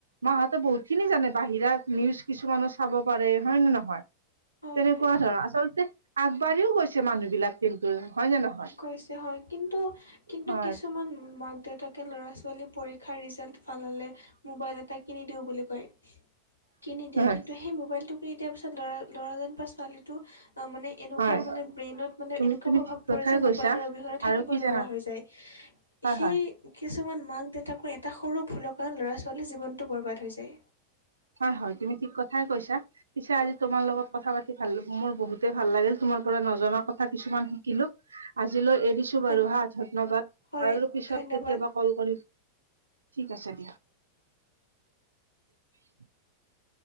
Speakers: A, on the right (about 75°); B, on the left (about 80°).
A: মাহঁতে বহুতখিনি জানে বাহিৰাত নিউজ কিছুমানো চাব পাৰে হয় নে নহয়?
B: হয়
A: তেনেকুৱা
B: হয়
A: ধৰ আচলতে আগবাঢ়িও গৈছে মানুহবিলাক কিন্তু হয় নে নহয়
B: কৈছে হয় কিন্তু কিন্তু
A: হয়
B: কিছুমান মাক-দেউতাকে ল'ৰা-ছোৱালী পৰীক্ষাৰ ৰিছ জাল্ট ভাল হ'লে মোবাইল এটা কিনি দিওঁ বুলি কয়, কিনি দিয়ে
A: হয়
B: কিন্তু সেই মোবাইলটো কিনি দিয়াৰ পিছত ল'ৰা- ল'ৰাজন বা ছোৱালীটো অ মানে এনেকুৱা
A: হয়
B: মানে ব্ৰেইনত মানে
A: তুমি
B: এনেকুৱা
A: তুমি
B: প্ৰভাৱ
A: ঠিক কথাই
B: পৰে যে মোবাইলৰ
A: কৈছা
B: অবিহনে থাকিব
A: আৰু কি
B: নোৱাৰা
A: জানা
B: হৈ যায়
A: হয়
B: সেই
A: হয়
B: এ কিছুমান মাক-দেউতাকৰ এটা সৰু ভুলৰ কাৰণে ল'ৰা-ছোৱালীৰ জীৱনটো বৰবাদ হৈ যায়।
A: হয় হয় তুমি ঠিক কথাই কৈছা, পিছে আজি তোমাৰ লগত কথা পা তি ভাল মোৰ বহুতে ভাল লাগিল তোমাৰ পৰা নজনা কথা কিছুমান শিকিলো, আজিলৈ এৰিছ তো বাৰু
B: হয়
A: হা ধন্যবাদ
B: হয়
A: আৰু পিছত
B: ধন্যবাদ
A: কেতিয়াবা কল কৰিম, ঠিক আছে দিয়া। <inaudible>